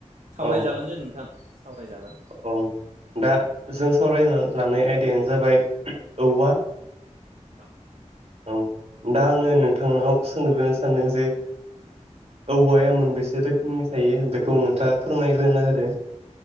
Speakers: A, on the right; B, on the right.
A: सावरायजागोन
B: औ
A: जे नोंथां सावरायजागोन
B: औ दा जों सावरायना लानाय आयदायानो जाबाय औवा
A: औ
B: औ दा आङो नोंथांनाव सोंग्रोनो सानदों जे औवाया मोनबेसे रोखोमनि थायो बेखौ नोंथाङा फोरमायग्रोना होदो